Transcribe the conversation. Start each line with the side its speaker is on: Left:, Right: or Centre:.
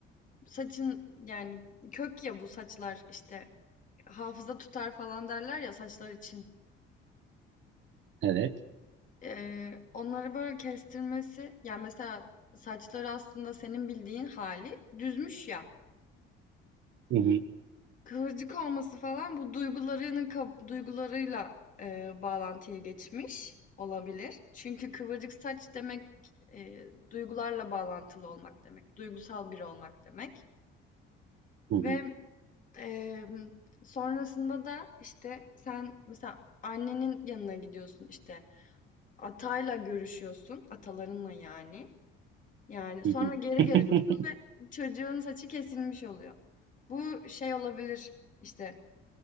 Left: Saçın yani kök ya bu saçlar, işte, hafıza tutar falan derler ya saçlar için.
Right: Evet.
Left: Eee, onları böyle kestirmesi, ya, mesela saçları aslında senin bildiğin hali düzmüş ya.
Right: Hı hı,
Left: Kıvırcık olması falan bu duygularının kab duygularıyla, eee, bağlantıya geçmiş olabilir. Çünkü kıvırcık saç demek, eee, duygularla bağlantılı olmak demek, duygusal biri olmak demek
Right: hı hı,
Left: ve, emm, sonrasında da, işte, sen mesela annenin yanına gidiyorsun, işte, atayla görüşüyorsun, atalarınla yani. Yani, sonra
Right: hı hı.
Left: geri
Right: <laughs>
Left: geliyorsun ve çocuğun saçı kesilmiş oluyor. Bu şey olabilir, işte,